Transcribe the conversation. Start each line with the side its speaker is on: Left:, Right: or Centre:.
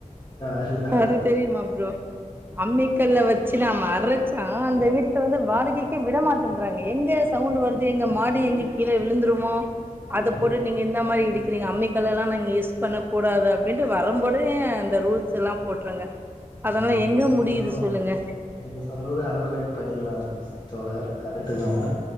Left: அதுதா
Right: அது தெரியுமா ப்ரோ அம்மிக்கல்ல வச் சா நம்ம அறச்சா அந்த வீட்ல வந்து வாடகைக்கே விட மாட் டேன்றாங்க எங்க சவுண்ட் வருது எங்க மாடி எங்க கீழே விழுந்துருமோ அது
Left: எங்க
Right: போட்டு நீங்க இந்த மாதிரி
Left: போய்
Right: எஇடிக்கிறீங்க அம்மி க்கல் எல்லாம் இங்க யூஸ் பண்ணக் கூடாது அப்படின்ட்டு வரும்போதே அந்த ரூல்ஸ் எல்லாம் போட்டருங்க அதெல்லாம்
Left: நீங்க
Right: எங்க
Left: சொல்றது
Right: முடியுது சொல்லுங்க
Left: நீங்க சொல்றது அண்டர்லைன் பண்ணிக்கலாம் தோழர் கரெக்ட்டு தான்